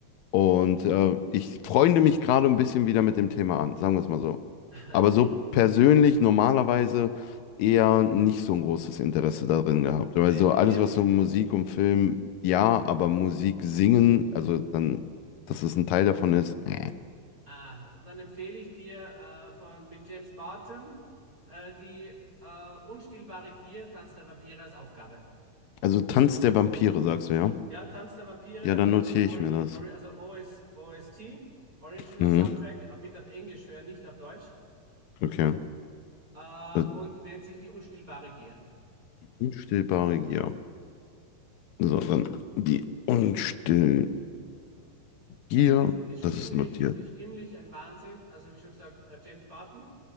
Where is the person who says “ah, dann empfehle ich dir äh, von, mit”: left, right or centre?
Right